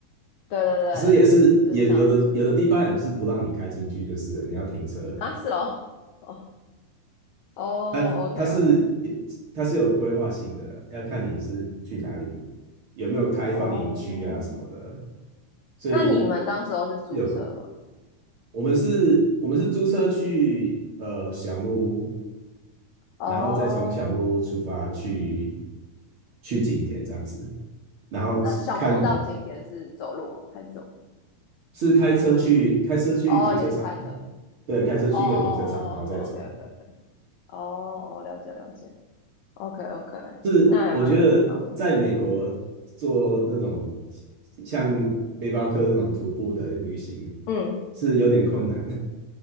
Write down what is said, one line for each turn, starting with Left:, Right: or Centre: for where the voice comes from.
Left: 对对对，
Right: 可是也是也有的有的地方也不是不让你开进去，
Left: 就是想要租一台
Right: 就是了你要停车，
Left: 啊，是哦，哦哦
Right: 它它是
Left: ，OK OK，
Right: 它是有规划性的，要看你是去哪里，有没有开放营区啊什么的，
Left: 哦，
Right: 所以
Left: 那你们当时候是租车吗？
Right: 有我们是我们是租车去呃小木屋，
Left: 哦，
Right: 然后再从小木屋出发去去景点这样子，然后看
Left: 那小木屋到景点是走路哦，还是走？
Right: 是开车去，开车去停车场，
Left: 哦，也是开车。哦
Right: 对，开车去一个停车场，
Left: 哦哦哦哦，OK
Right: 然后再走。
Left: OK OK，哦，哦了解了解。OK OK，
Right: 是我觉得在美国做那种
Left: 那还蛮好的。嗯
Right: 像背包客这种徒步的旅行
Left: 嗯，
Right: 是有点困难，